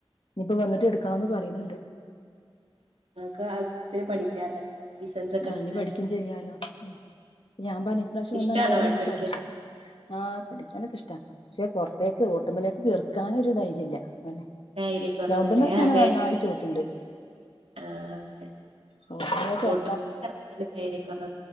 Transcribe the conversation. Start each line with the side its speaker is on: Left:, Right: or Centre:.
Left: ഇനിപ്പോ വന്ന്ട്ട് ഇട്ക്കണംന്ന് പറയ്ണ്‌ണ്ട്
Right: ക്ക് ആവശ്യത്തിന് പഠിക്കാലൊ ലിസൻസൊക്കെടുത്താല്
Left: ആ ഇനി പഠിക്കും ചെയ്യാലോ ഞാൻ പർഞ്ഞ് ഇപ്രാശ്യം
Right: ഇഷ്ടാണോ
Left: വന്ന എന്തായാലും
Right: വണ്ടി
Left: ഞാൻപഠിക്കും
Right: ഓടിക്കാൻ
Left: ആ പഠിക്കാനൊക്കെ ഇഷ്ട്ടാ പക്ഷെ പൊർത്തേക്ക് റോട്ട്മ്മലേക്ക് എർക്കാനൊരു ധൈര്യല്ല <unintelligible>
Right: ധൈര്യക്കുറവല്ലേ
Left: ഗ്രൗണ്ട്ന്നൊക്കെങ്ങനെ
Right: അതെ
Left: നന്നായിട്ട് ഓട്ട്ണ്ട്
Right: ആഹ് അതെ
Left: റോട്ട്മ്മലേക്ക് എർ
Right: <inaudible>